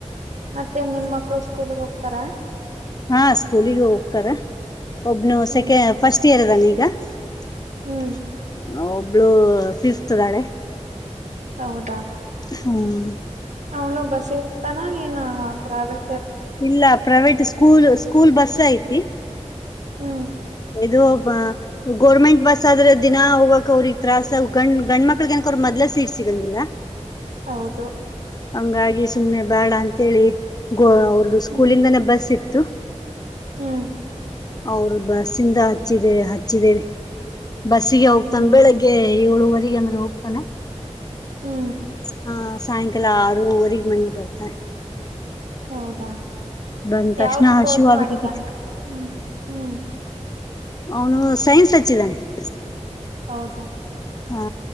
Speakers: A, on the right; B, on the left.
A: ಮತ್ತೆ ನಿಮ ಮಕ್ಕಳು ಸ್ಕೂಲ್ಿಗೆ ಹೋಗ್ತಾರ
B: ಹಾ ಸ್ಕೂಲಿಗ ಹೋಗ್ತಾರ. ಒಬ್ನು
A: ಹ್ಮ್
B: ಸೆಕೆಂಡ್ ಫಸ್ಟ್ ಇಯರ್ ಅದಾನ ಇಗ. ಯ.
A: ಹ್ಮ್
B: ಹೌ ಒಬ್ಳು ಫಿಫ್ತ್ ಅದಾಳೆ
A: ಹೌದಾ
B: ಹ್ಮ್
A: ಅವನು ಬಸಿಗೆ ಹತ್ತಾನ. ಏನ್ ಪ್ರೈವೇ
B: ಇಲ್ಲ ಪ್ರೈವೇಟ್ ಸ್ಕೂಲ್ ಸ್ಕೂಲ್ ಬಸ್ ಐತಿ
A: ಹ್ಮ್
B: ಇದು ಗೋರ್ಮೆಂಟ್ ಬಸ್ ಆದ್ರೆ ದಿನಾ ಹೋಗಕ್ ಅವ್ರಿಗೆ ತತ್ರಾಸ ಗಂಡ್ ಗಂಡ ಮಕ್ಳಗೆ ನಕ ಅವ್ರ ಮೊದ್ ಸೀಟ್ ಸಿಗಂಗಿಲ್ಲ
A: ಹೌದು
B: ಹಂಗಾಗಿ ಸುಮ್ನೆ ಬೇಡ ಅಂತೇಳಿ. ಅವ್ರದದು ಸ್ಕೂಲಿಂದ
A: ಹ್ಮ್
B: ನೆ ಬಬ ಸಿ. ತ್ತು.
A: ಹ್ಮ್
B: ಅವ್ರ್ ಬ ಬಸಿಂದ ಹಚ್ಚಿದೆ ಹಚ್ಚಿದೇವೆ. ಬಸ್ಸಿಗೆ ಹೋಗ್ತಾನ್
A: ಹ್ಮ್
B: ಬೆಳಗ್ಗೆ. ಏಳುವರೆಗೆ ಅಂದ್ರೆ ಹೋಗ್ತಾನೆ.
A: ಹ್ಮ್
B: ಹ ಸಾಯಂಕಾಲ ಆರೂವರಿಗ್ ಮನಿಗ್ ಬರ್ತಾನ
A: ಹೌದಾ
B: ಬಂದ ತಕ್ಷಣ
A: ಯಾವ್ದ್
B: ಹಸು
A: ಕೋರ್ಸ್
B: ಆಗ್ಬಿಟ್ಟತ
A: ಮಾಡಿದಾನ ಹ್ಮ್ ಹ್ಮ್
B: ಅವನು ಸೈನ್ಸ್ ಹಚ್ಚಿದಾನೆ. <inaudible>
A: ಹೌದಾ
B: ಹಾ